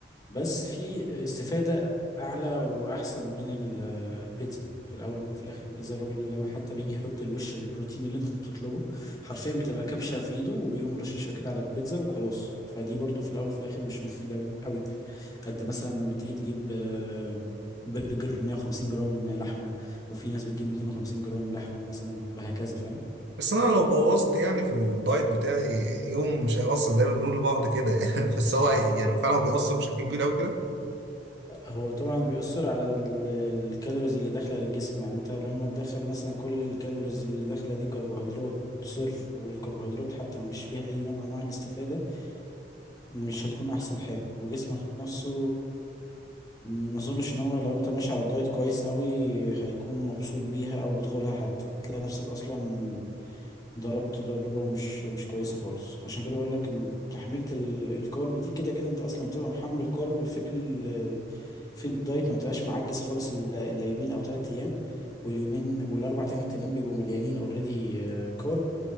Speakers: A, on the left; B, on the right.
A: بس في استفادة أعلى وأحسن من ال- آه، البيتزا في الأول وفي الآخر البيتزا الراجل لما حتى بيجي يحط الوش البروتين اللي أنت بتطلبه حرفيا بتبقى كبشة في إيده وبيقوم رشاشها كده على البيتزا وخلاص فدي برضو في الأول وفي الآخر مش مفيدة قوي قد مثلا لما تيجي تجيب آه، برجر 150 جرام لحمة وفي ناس بتجيب 250 جرام لحمة مثلا وهكذا فاهم
B: بس انا لو بوظت يعني في الدايت بتاعي يوم مش هيأثر دايما بنقول لبعض كده <laughs> يعني بس هو يعني فعلا هو بيأثر بشكل كبير قوي
A: هو طبعا بيأثر على ال- الكالوريز اللي داخلة للجسم يعني انت لما تدخل مثلا كل الكالوريز اللي داخلة دي كربوهيدرات صرف والكربوهيدرات حتى ما فيش فيها اي نوع من انواع الاستفادة مش هتكون احسن حاجة وجسمك نفسه ما اظنش ان هو لو انت ماشي على الدايت كويس قوي هيكون مبسوط بيها او بتدخلها حتى هتلاقي نفسك اصلا ضربت ضربة مش مش كويسة خالص عشان كده بقول لك م- تحميلة ال- الكارب دي كده كده انت اصلا بتبقى محمل كارب في ال في الدايت ما تبقاش معجز خالص الا إلا يومين او ثلاث ايام واليومين والاربع ايام التانيين بيبقوا مليانين اوريدي كارب